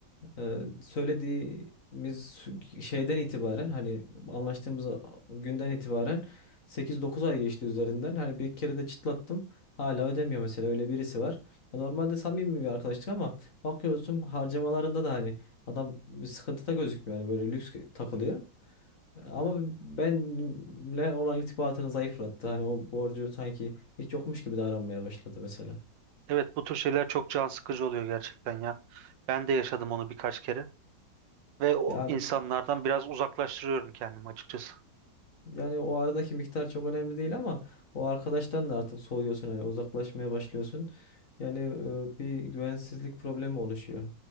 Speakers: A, on the left (about 45°); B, on the right (about 80°).
A: Ee, söylediğimiz şeyden itibaren hani anlaştığımız günden itibaren sekiz dokuz ay geçti üzerinden. Hani bir kere de çıtlattım. Hala ödemiyor mesela öyle birisi var. Ya Normalde samimi bir arkadaşlık ama bakıyorsun harcamalarında da hani adam bir sıkıntıda gözükmüyor. Yani böyle lüks takılıyor. Ama benimle olan irtibatını zayıflattı. Hani o borcu sanki hiç yokmuş gibi davranmaya başladı mesela.
B: Evet bu tür şeyler çok can sıkıcı oluyor gerçekten ya. Ben de yaşadım onu birkaç kere. ve o
A: Ya
B: insanlardan biraz uzaklaştırıyorum kendimi açıkçası.
A: Yani o aradaki miktar çok önemli değil ama o arkadaştan da artık soğuyorsun hani uzaklaşmaya başlıyorsun. Yani e, bir güvensizlik problemi oluşuyor.